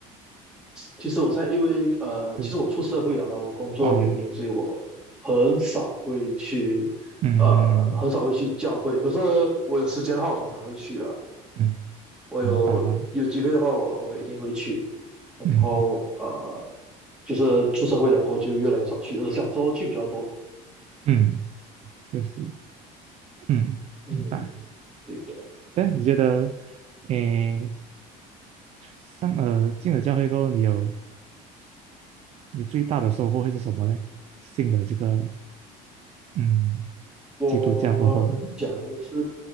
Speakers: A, in the centre; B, on the right (about 40°).
A: 其实我在因为呃，
B: 就
A: 其实我出社会了啦，我工作的原因，
B: 哦，
A: 所以我很少会去
B: 嗯嗯，
A: 呃，很少会去教会。可是我有时间的话，我通常会去的。
B: 嗯
A: 我有有机会的话我，
B: 明白啦，
A: 我一定会去。然后呃，
B: 嗯
A: 就是出社会了过后就越来越少去，而小时候去比较多。
B: 嗯，确实，嗯，
A: 嗯，
B: 明白。
A: 对的。
B: 但你觉得，诶，上呃进了教会过后，你有你最大的收获会是什么呢？信了这个嗯
A: 我能讲的是，
B: 基督教过后，